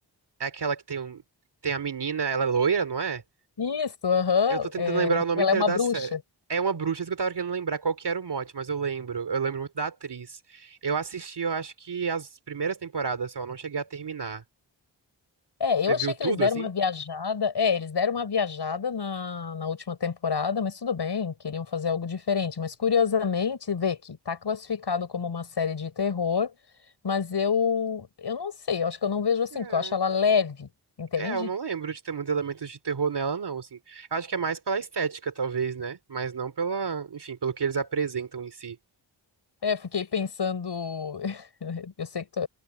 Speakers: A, on the right; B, on the left.
A: É aquela que tem, um, tem a menina, ela é loira, não é?
B: Isso, aham.
A: Eu tô tentando
B: é,
A: lembrar o nome
B: ela
A: inteiro
B: é uma
A: da
B: bruxa.
A: série. É uma bruxa, isso que eu tava querendo lembrar qual que era o mote, mas eu lembro. Eu lembro muito da atriz. Eu assisti, eu acho que as primeiras temporadas só, eu não cheguei a terminar.
B: É,
A: Você
B: eu
A: viu
B: achei que
A: tudo,
B: eles deram
A: assim?
B: uma viajada. É, eles deram uma viajada na, na última temporada, mas tudo bem, queriam fazer algo diferente. Mas curiosamente, vê que tá classificado como uma série de terror, mas eu eu não sei, eu acho que eu não vejo assim,
A: É,
B: porque eu acho ela leve, entende?
A: é, eu não lembro de ter muitos elementos de terror nela, não, assim. Eu acho que é mais pela estética, talvez, né? Mas não pela, enfim, pelo que eles apresentam em si.
B: É, eu fiquei pensando. <laughs> Eu sei que. tu-